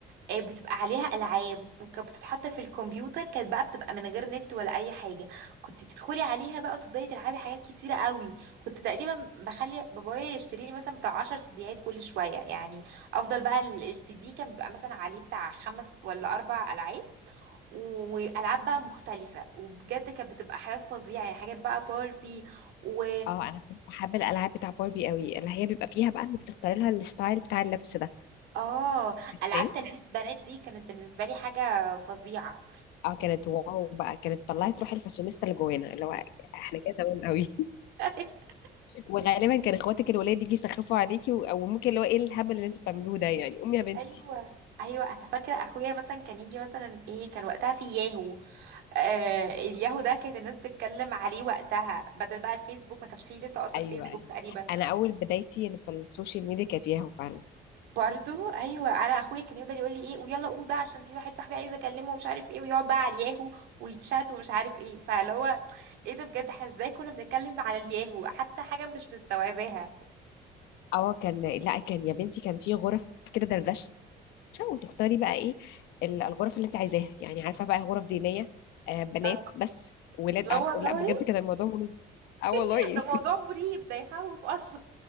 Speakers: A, on the right (about 80°); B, on the left (about 85°).
A: آه، بتبقى عليها العاب وكانت بتتحط في الكمبيوتر كانت بقى بتبقى من غير نت ولا اي حاجه كنت بتدخلي عليها بقى وتفضلي تلعبي حاجات كتيره قوي كنت تقريبا بخلي بابايا يشتري لي مثلا بتاع 10 سيديات كل شويه يعني افضل بقى ال- السي دي كان بيبقى مثلا عليه بتاع خمس ولا اربع العاب والعاب بقى مختلفه وبجد كانت بتبقى حاجات فظيعه يعني حاجات بقى باربي و
B: اه انا كنت بحب الالعاب بتاع باربي قوي اللي هي بيبقى فيها بقى انك تختاري لها الستايل بتاع اللبس ده
A: اه
B: تمام
A: العاب تلبيس بنات دي كانت بالنسبه لي حاجه فظيعه
B: اه كانت واو بقى كانت طلعت روح الفاشونيستا اللي جوانا اللي هو احنا كده تمام قوي <laughs>
A: <laughs>
B: وغالبا كان اخواتك الولاد يجي يسخفوا عليكي و- او ممكن اللي هو ايه الهبل اللي انتوا بتعملوه ده يعني امي يا بنتي
A: ايوه ايوه انا فاكره اخويا مثلا كان يجي مثلا ايه كان وقتها في ياهو آه الياهو ده كانت الناس بتتكلم عليه وقتها بدل بقى الفيسبوك ما كانش فيه لسه اصلا
B: ايوه
A: فيسبوك
B: ايوه
A: تقريبا
B: انا اول بدايتي اللي في السوشيال ميديا كانت ياهو فعلا
A: برضو ايوه انا اخويا كان يفضل يقول لي ايه ويلا قوم بقى عشان في واحد صاحبي عايز اكلمه ومش عارف ايه ويقعد بقى على الياهو ويتشات ومش عارف ايه فاللي هو ايه ده بجد احنا ازاي كنا بنتكلم على الياهو حتى حاجه مش مستوعباها
B: اه كان لا كان يا بنتي كان في غرف كده دردشه وتختاري بقى ايه ال- الغرف اللي انت عايزاها يعني عارفه بقى غرف دينيه آه بنات
A: اه
B: بس ولاد
A: لا
B: عارف
A: والله
B: لا بجد كان الموضوع منظم اه والله
A: <laughs> ده موضوع مريب ده يخوف اصلا